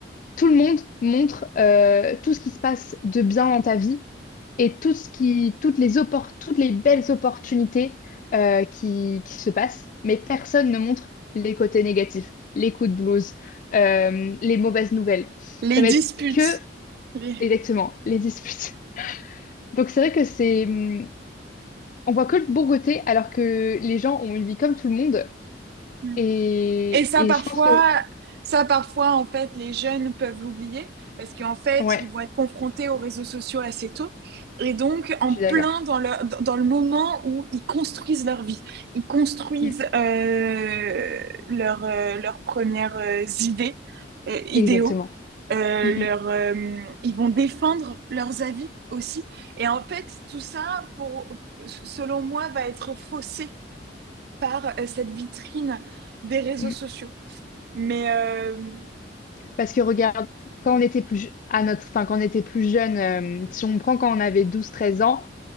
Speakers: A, on the left (about 45°); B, on the right (about 55°).
A: tout le monde montre euh, tout ce qui se passe de bien dans ta vie et tout ce qui, toutes les oppor- toutes les belles opportunités euh, qui, qui se passent, mais personne ne montre les côtés négatifs, les coups de blues, euh, les mauvaises nouvelles.
B: Les
A: Ça va
B: disputes.
A: être que,
B: Les...
A: exactement, les disputes. <laughs> Donc c'est vrai que c'est... hum, On voit que le bon côté alors que les gens ont une vie comme tout le monde
B: hmm.
A: et,
B: Et ça,
A: et
B: parfois,
A: je pense que...
B: ça, parfois, en fait, les jeunes peuvent l'oublier parce qu'en fait,
A: Ouais,
B: ils vont être confrontés aux réseaux sociaux assez tôt. Et donc, en
A: je suis
B: plein
A: d'accord.
B: dans le, dans le moment où ils construisent leur vie, ils construisent
A: Mm,
B: euh, leur, euh, leurs premières euh, idées, euh, idéaux.
A: exactement.
B: Euh,
A: Mm,
B: leur,
A: mm,
B: euh, ils vont défendre leurs avis aussi. Et en fait, tout ça, pour, selon moi, va être faussé par euh, cette vitrine des réseaux
A: mm.
B: sociaux. Mais euh,
A: Parce que regarde, quand on était plus, je- à notre, enfin, quand on était plus jeune, euh, si on prend quand on avait 12-13 ans,